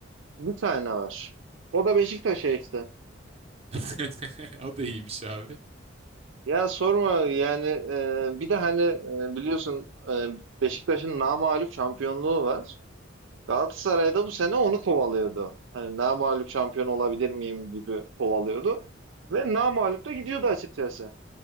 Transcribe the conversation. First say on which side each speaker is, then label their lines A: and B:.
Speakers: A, on the right; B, on the right.
A: Bir tane var. O da Beşiktaş'a işte.
B: <laughs> O da iyiymiş abi.
A: Ya sorma yani e, bir de hani e, biliyorsun e, Beşiktaş'ın namağlup şampiyonluğu var. Galatasaray'da bu sene onu kovalıyordu. Hani namağlup şampiyon olabilir miyim gibi kovalıyordu. Ve namağlup da gidiyordu açıkçası.